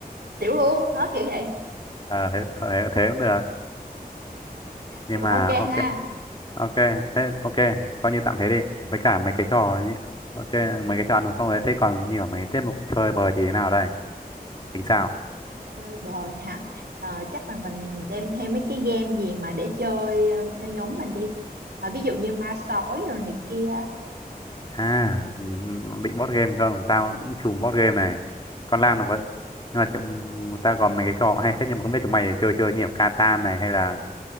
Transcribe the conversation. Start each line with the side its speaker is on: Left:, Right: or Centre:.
Right: xỉu luôn nó kiểu vậy
Left: Ờ, thế, thế thế cũng được nhưng
Right: Thì
Left: mà
Right: cũng ok
Left: ok
Right: ha
Left: ok thế ok coi như tạm thế đi với cả mấy cái trò như- ok mấy cái trò ăn uống xong rồi thế còn như ở mấy cái tiết mục chơi bời thì thế nào đây tính sao
Right: chơi bời hả Ờ, chắc là mình đem theo mấy cái game gì mà để chơi ờ, cho nhóm mình đi Ờ, ví dụ như ma sói rồi này kia
Left: À, định board game không? Tao cũng trùm board game này. Con Lan nó có nhưng mà trong tao còn mấy cái trò hay phết nhưng mà không biết chúng mày chơi chưa nhiều Catan này hay là